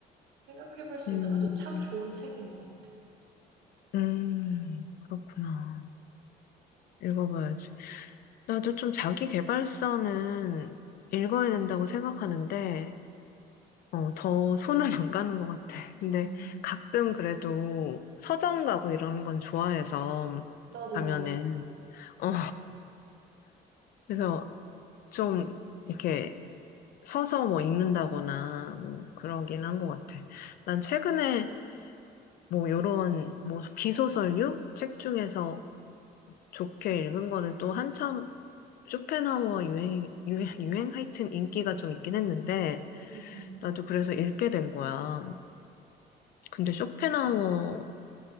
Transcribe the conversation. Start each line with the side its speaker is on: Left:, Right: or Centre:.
Right: 생각해 볼 수
Left: 음,
Right: 있는 아주 참 좋은 책인 것 같아.
Left: 음, 그렇구나. 읽어봐야지. 나도 좀 자기 계발서는 읽어야 된다고 생각하는데, 어, 더 손은 안 가는 것 같아. 근데
Right: 음.
Left: 가끔 그래도 서점 가고 이러는 건 좋아해서
Right: 나도,
Left: 가면은, 어, 그래서 좀 이렇게 서서 뭐 읽는다거나 뭐 그러긴 한 것 같아. 난 최근에 뭐 요런 뭐 비소설류 책 중에서 좋게 읽은 거는 또 한참 쇼펜하우어 유행, 유행, 유행 하여튼 인기가 좀 있긴 했는데,
Right: 음, 음.
Left: 나도 그래서 읽게 된 거야. 근데 쇼펜하우어